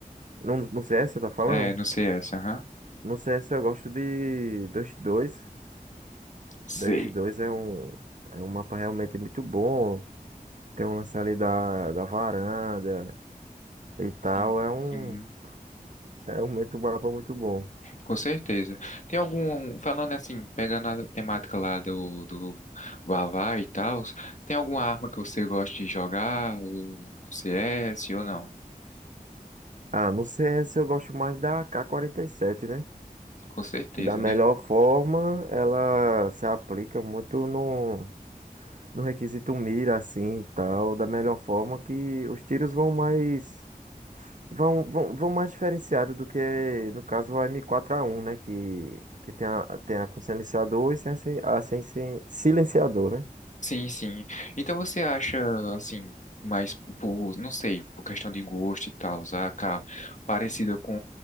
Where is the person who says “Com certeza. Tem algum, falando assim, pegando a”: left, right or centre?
Left